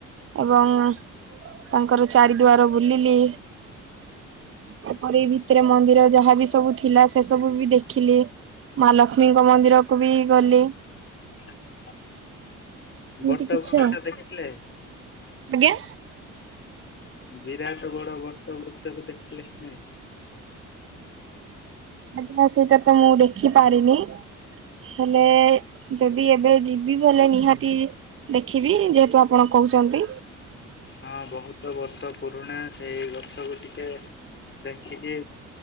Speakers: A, on the right; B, on the left.
A: ଏବଂ ତାଙ୍କର ଚାରିଦୁଆର ବୁଲିଲି। ଏପରି
B: ହଁ
A: ଭିତରେ ମନ୍ଦିର ଯାହା ବିି ସବୁ ଥିଲା ସେ ସବୁ ବି ଦେଖିଲି। ମା ଲକ୍ଷ୍ମୀଙ୍କ ମନ୍ଦିରକୁ ବି ଗଲି।
B: <inaudible>
A: ଏମିତି କିଛି
B: ବୃକ୍ଷ
A: ଆ,
B: ଦେଖିଲେ?
A: ଆଜ୍ଞା।
B: ବିରାଟ ବଡ ବଟ ବୃକ୍ଷକୁ ଦେଖିଲେ କି ନାଇଁ?
A: ଆଜ୍ଞା ସେଇଟା ତ ମୁଁ ଦେଖିପାରିନି ହେଲେ ଯଦି ଏବେ ଯି ବି ବଲେ ନିହାତି ଦେଖିବି ଯେହେତୁ ଆପଣ କହୁଚନ୍ତି।
B: ହଁ ବହୁତ ବର୍ଷ ପୁରୁଣା ସେଇ ଗଛକୁ ଟିକେ ଦେଖିଚି।